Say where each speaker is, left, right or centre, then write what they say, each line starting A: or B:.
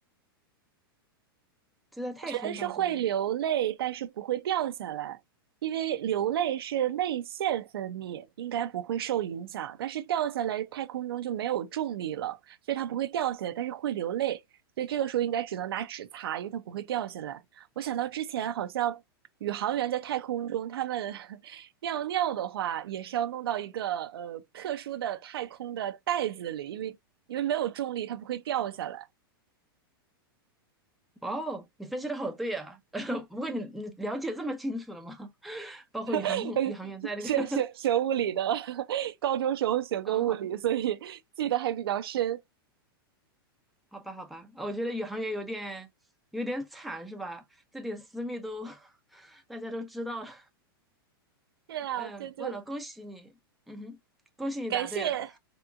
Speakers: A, in the centre; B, on the right (about 75°).
A: 就在太空当中哦。
B: 但是会流泪，但是不会掉下来，因为流泪是泪腺分泌，应该不会受影响。但是掉下来，太空中就没有重力了，所以它不会掉下来，但是会流泪。所以这个时候应该只能拿纸擦，因为它不会掉下来。我想到之前好像宇航员在太空中，他们 <laughs> 尿尿的话，也是要弄到一个呃特殊的太空的袋子里，因为因为没有重力，它不会掉下来。
A: 哇哦，你分析的好对啊！<laughs> 不过你你了解这么清楚了吗？<laughs> 包括宇航空宇航员在那个，
B: <laughs> 学学学物理的，<laughs> 高中时候学过物理，
A: <laughs> 嗯，好吧
B: 所以记得还比较深。
A: 好吧，好吧，我觉得宇航员有点有点惨，是吧？这点私密都 <laughs> 大家都知道了。
B: 是啊，
A: 嗯，
B: 就就
A: 忘了，恭喜你，嗯哼，恭喜你答对了。
B: 感谢